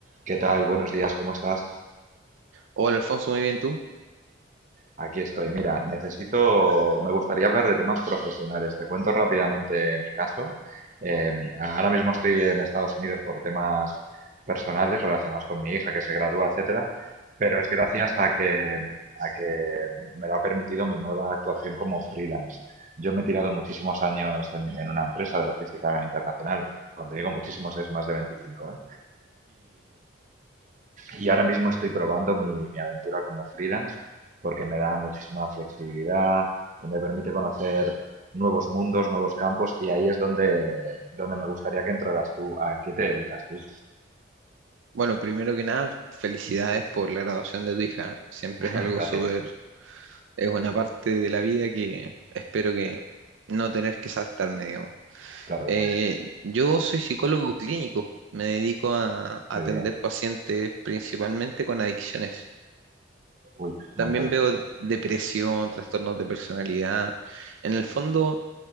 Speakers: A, on the right; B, on the right.
A: ¿Qué tal? Buenos días, ¿cómo estás?
B: Hola Alfonso, muy bien tú.
A: Aquí estoy. Mira, necesito, me gustaría hablar de temas profesionales. Te cuento rápidamente mi caso. Eh, ahora mismo estoy en Estados Unidos por temas personales relacionados con mi hija que se gradúa, etcétera, pero es gracias a que, a que me lo ha permitido mi nueva actuación como freelance. Yo me he tirado muchísimos años en, en una empresa de logística internacional. Cuando digo muchísimos es más de 25, ¿eh? Y ahora mismo estoy probando mi, mi aventura como freelance porque me da muchísima flexibilidad, eh, me permite conocer nuevos mundos, nuevos campos y ahí es donde, donde me gustaría que entraras tú. ¿A qué te dedicas tú?
B: Bueno, primero que nada, felicidades por la graduación de tu hija. Siempre
A: <laughs>
B: es algo
A: Gracias.
B: súper, es una parte de la vida que espero que no tener que saltarme, digamos.
A: Claro que
B: Eh,
A: no.
B: yo soy psicólogo clínico, me dedico a, atender
A: Muy bien.
B: pacientes principalmente con adicciones.
A: Uy, muy
B: También
A: interesante.
B: veo depresión, trastornos de personalidad. En el fondo,